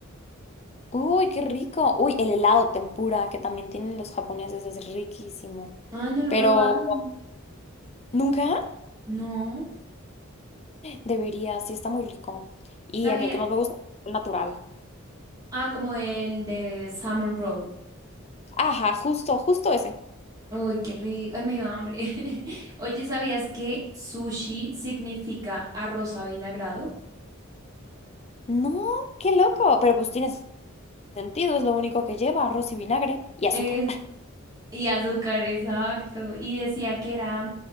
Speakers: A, on the left (about 30°); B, on the right (about 20°).
A: Uy, qué rico. Uy, el helado tempura que también tienen los japoneses es riquísimo.
B: Ah, no lo
A: Pero
B: he probado.
A: nunca
B: No.
A: debería, sí está muy rico. Y
B: Sabía.
A: a mí el que más me gusta es el natural.
B: Ah, como el de salmon roll.
A: Ajá, justo, justo ese.
B: Uy, qué rico. Ay, me dio hambre. <laughs> Oye, ¿sabías que sushi significa arroz avinagrado?
A: No, qué loco. Pero pues tiene sentido, es lo único que lleva, arroz y vinagre y azúcar.
B: Es, y azúcar, exacto. Y decía que era,